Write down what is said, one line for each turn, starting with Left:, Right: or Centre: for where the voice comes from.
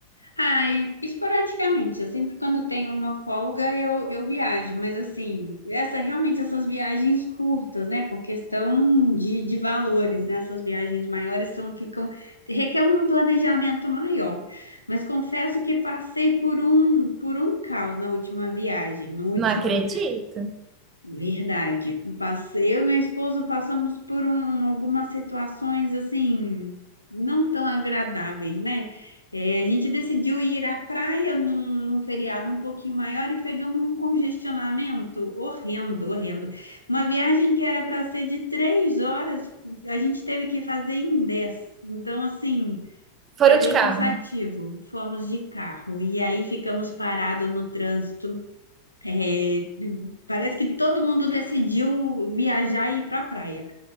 Left: Ai, esporadicamente, eu sempre quando tenho uma folga eu, eu viajo, mas assim, essa realmente essas viagens curtas, né? Por questão de, de valores, né? Essas viagens maiores são, ficam, requer um planejamento maior. Mas confesso que passei por um por um caos na última viagem, no último
Right: Não acredito.
Left: Verdade. Passei, eu e meu esposo passamos por um- algumas situações assim não tão agradáveis, né? É, a gente decidiu ir à praia num, num feriado um pouquinho maior e pegamos um congestionamento horrendo, horrendo. Uma viagem que era para ser de três horas, a gente teve que fazer em dez. Então, assim,
Right: Foram
Left: foi
Right: de
Left: bem
Right: carro.
Left: cansativo. Fomos de carro e aí ficamos parados no trânsito. É, parece que todo mundo decidiu viajar e ir para a praia.